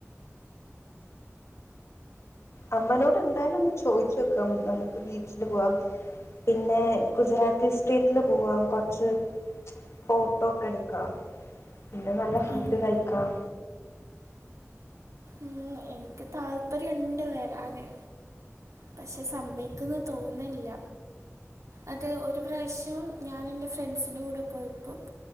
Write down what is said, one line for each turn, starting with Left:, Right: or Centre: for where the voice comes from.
Left: അമ്മനോട് എന്തായാലും ഒന്ന് ചോയിച്ച് നോക്കാം നമുക്ക് ബീച്ചില് പോവാം പിന്നെ ഗുജറാത്തി സ്റ്റേറ്റില് പോവാം കൊറച്ച് ഫോട്ടോ ഒക്കെ എടുക്കാം പിന്നെ നല്ല ഫുഡ്
Right: എനി-
Left: കഴിക്കാം
Right: ഉം, എനിക്ക് താല്പര്യുണ്ട് വരാന് പക്ഷെ സമ്മക്കന്ന് തോന്നില്ല അത് ഒരു പ്രാവശ്യം ഞാൻ എൻ്റെ ഫ്രണ്ട്സിന്റെ കൂടെ പോയപ്പോം